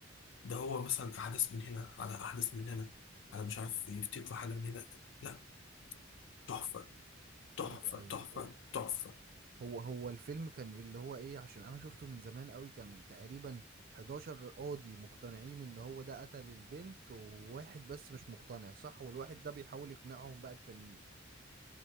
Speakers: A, on the left; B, on the right.
A: ده هو مثلا في حدث من هنا على أحدث من هنا على مش عارف يفتكروا حاجة من هنا لا تحفة تحفة
B: أيوه أيوه
A: تحفة
B: هو
A: تحفة
B: هو هو الفيلم كان اللي هو إيه عشان أنا شفته من زمان أوي كان تقريبا 11 قاضي مقتنعين إن هو ده قتل البنت وواحد بس مش مقتنع صح والواحد ده بيحاول يقنعهم بقى التانيين